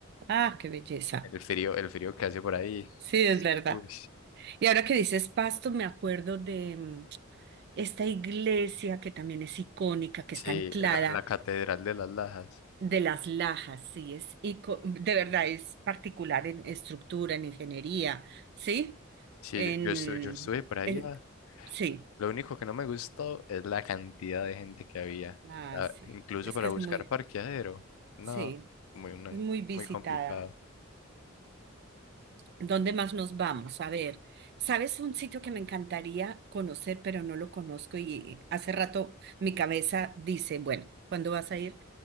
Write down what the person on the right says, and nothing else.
Ah, qué belleza.
Sí, es verdad.
Y ahora que dices Pasto, me acuerdo de mm, esta iglesia que también es icónica, que
está anclada
de las Lajas, sí, es ico- de verdad es particular en estructura, en ingeniería, ¿sí?
En,
en sí,
ah,
sí,
es
que es
muy,
sí,
es muy visitada.
¿Dónde más nos vamos? A ver, ¿sabes un sitio que me encantaría conocer, pero no lo conozco y hace rato mi cabeza dice, bueno, ¿cuándo vas a ir?